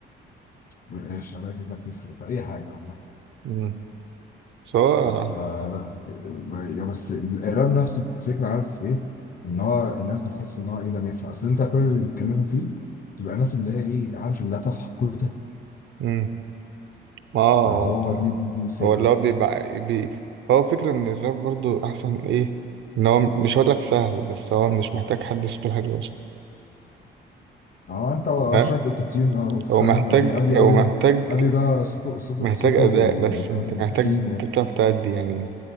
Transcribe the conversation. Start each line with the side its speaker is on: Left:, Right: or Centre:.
Left: الشغاله كده بتفرق في اي حاجه عامه
Right: مم. سواء
Left: بس آه لا يا بس الراب نفس الفكرة عارف ايه ان هو الناس بتحس ان هو ايه لامسها اصل انت كل اللي بيتكلموا فيه تبقى ناس اللي هي ايه عارف اللي لا تفحق كوته
Right: مم. ما هو
Left: فهو دي دي دي الفكرة
Right: هو اللي هو بيبقى بي هو فكرة إن الراب برضو أحسن إيه إن هو مش هقولك سهل بس هو مش محتاج حد صوته حلو أصلا
Left: اه انت
Right: فاهم
Left: شوية اوتوتيون اه فاهم
Right: هو محتاج
Left: يعني ابي
Right: هو
Left: ابي
Right: محتاج
Left: ده ابي ده صوته صوته
Right: محتاج
Left: صوته
Right: أداء بس
Left: فاهم
Right: أنت محتاج
Left: تخين
Right: أنت
Left: يعني
Right: بتعرف تأدي يعني